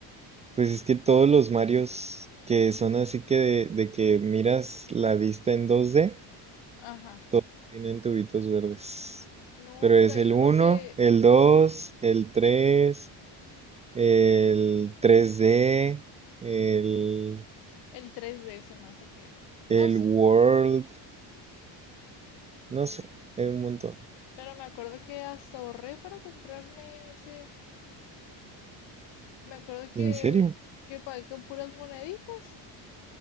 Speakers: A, on the right (about 15°); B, on the left (about 75°).
A: Pues es que todos los Marios que son así que de, de que miras la vista en 2D,
B: Ajá.
A: todos tienen tubitos verdes.
B: No,
A: Pero
B: pero
A: es
B: hay
A: el
B: uno
A: uno,
B: que
A: el 2, el 3. el 3D, el,
B: el 3D se me hace que era. No
A: el
B: sé,
A: World, no sé, hay un montón.
B: pero me acuerdo que hasta ahorré para comprarme ese. Me acuerdo que,
A: ¿En serio?
B: que pagué con puras moneditas.